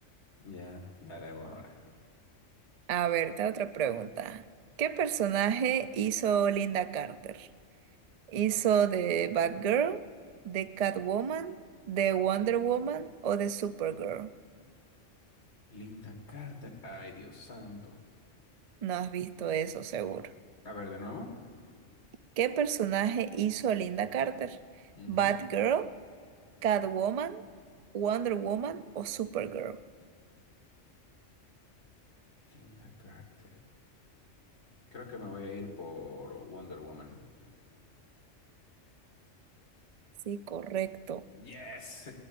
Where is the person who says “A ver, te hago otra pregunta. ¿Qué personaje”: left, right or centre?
Right